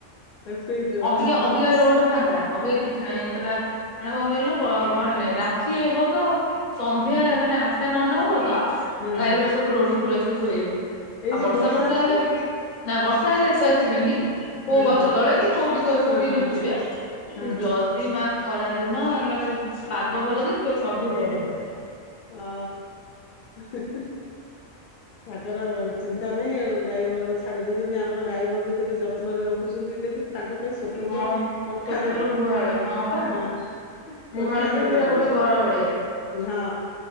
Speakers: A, on the left (about 70°); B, on the left (about 40°).
A: ସେଇ ତ
B: ଅବିକା
A: ଓହୋ
B: ଅବିକା ରୋଡ଼ ଫାଙ୍କା ଅବିକା କିଛି ନାହିଁ ଏତେଟା ମାନେ କଣ କହିଲ ଗ ଗହଳି
A: ହଁ
B: ନାଇଁ ରା ତି ହେବ ତ ସନ୍ଧ୍ୟା ମାନେ ଆଠଟା ନଅଟା ହବ ତ
A: ହଁ
B: ଗାଈଗୁରା
A: ହଁ
B: ସ ସବୁ ରୋଡ଼ ଉପରେ ଆସିକି ଶୋଇବେ
A: ଏଇ
B: ଆଉ
A: ଯୋଉ
B: ବର୍ଷା ଫର୍ଷା
A: ହଉଛି
B: ହେଲେ ଆଉ ନା ବର୍ଷା ହେଲେ ଏତେ ଆସିବେନି। କୋଉ
A: ହଁ
B: ଗଛ
A: ହଁ
B: ତଳେ କି କୋଉଠି କୋଉଠି
A: ହଁ ହଁ
B: ଲୁଚିବେ
A: ହଁ ହଁ ହଁ
B: ଯଦି ମା ଖରା ଦିନ ମାନେ ପାଗ ଭଲ ଦେଇଥିବ ସବୁ ରୋଡ ଉପରେ।
A: ହଁ ହିଁ ହିଁ ତାଙ୍କର ଚିନ୍ତା ନାହିଁ ଆଉ ଗାଈ ବଳଦ ଛାଡ଼ି ଦୋଉଚନ୍ତି ଆମର ଗାଈ ବଳଦ କେତେ ଯତ୍ନରେ ରଖୁଚନ୍ତି ଦେଖେ ତାଙ୍କ ପାଇଁ ସ୍ଵତନ୍ତ୍ର
B: ହଁ
A: କୋଠା
B: ସ୍ଵତନ୍ତ୍ର
A: ଘର
B: ଗୁହାଳ ପା
A: ହଁ।
B: ଗୁହାଳ
A: କୋଠା
B: ବି
A: ଘରେ
B: ପୁରା
A: ଗୁହାଳ
B: ଗୋଟେ ଘର ଭଳିଆ
A: ହଁ।